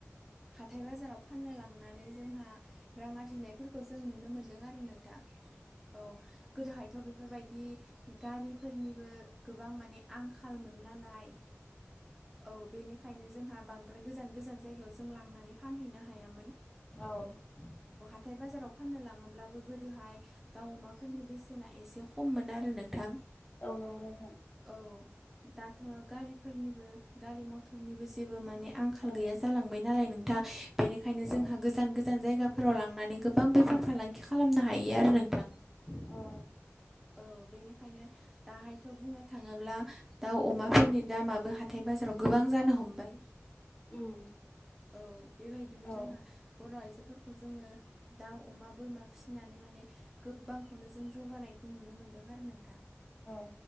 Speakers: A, in the centre; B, on the left.
A: हाथाय बाजाराव फाननो लांनानै जोंहा रां आरजिनायफोरखौ जों नुनो मोनदों आरो नोंथां औ गोदोहायथ' बेफोरबायदि गारिफोरनिबो गोबां माने आंखालमोन नालाय औ बेनिखायनो जोंहा बांद्राय गोजान गोजान जायगायाव जों लांनानै फानहैनो हायामोन
B: औ
A: हथाय बाजाराव फाननो लाङोब्लाबो गोदोहाय दाउ अमाफोरनि बेसेना एसे ख खममोन आरो नोंथां
B: औन <unintelligible>
A: औ दाथ' गारिफोरनिबो गारि मथरनिबो जेबो माने आंखाल
B: औ
A: गैया जालांबाय नालाय नोंथां बेनिखायनो
B: औ
A: जोंहा गोजान गोजान जायगा फोराव लांनानै गोबां बेफार फालांगि खालामनो हायो आरो नोंथां
B: औ नंगौ
A: औ बेनिखायनो दाहायथ' बुङो थाङोब्ला दाउ अमाफोरनि दामाबो हाथाय बाजाराव गोबां जानो हमबाय
B: उम
A: औ बेबायदिनो
B: औ औ
A: जोंहा बर' आइजो फोरखौ जोङो दाउ अमा बोरमा फिसिनानै माने गोबांखौनो जों जौगानायखौ नुनो मोनो मोनदों आरो नों
B: औ